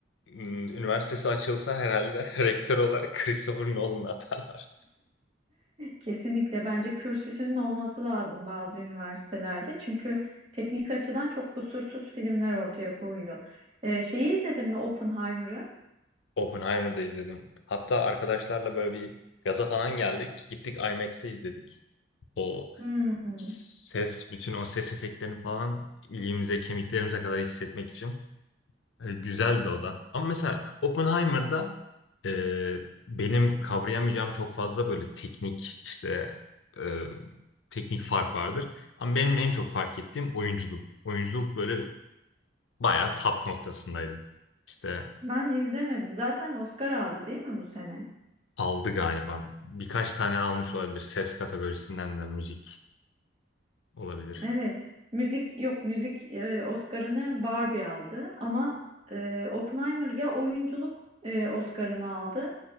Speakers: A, on the left; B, on the right.
A: m, üniversitesi açılsa herhalde <laughs> rektör olarak Christopher Nolan atarlar.
B: Kesinlikle bence kürsüsünün olması lazım bazı üniversitelerde. Çünkü teknik açıdan çok kusursuz filmler ortaya koyuyor. Ee, şeyi izledin mi Oppenheimer'ı?
A: Oppenheimer'da izledim. Hatta arkadaşlarla böyle bir gaza falan geldik. Gittik IMAX'te izledik. O
B: Hmm,
A: ses, bütün o ses efektlerini falan iliğimize, kemiklerimize kadar hissetmek için. E, güzeldi o da. Ama mesela Oppenheimer'da e, benim kavrayamayacağım çok fazla böyle teknik işte e, teknik fark vardır. Ama benim en çok fark ettiğim oyunculuk. Oyunculuk böyle bayağı top noktasındaydı. İşte
B: ben izlemedim. Zaten Oscar aldı değil mi bu sene?
A: Aldı galiba. Birkaç tane almış olabilir. Ses kategorisinden de müzik olabilir.
B: Evet. Müzik yok müzik e, Oscar'ını Barbie aldı ama e, Oppenheimer ya oyunculuk e, Oscar'ını aldı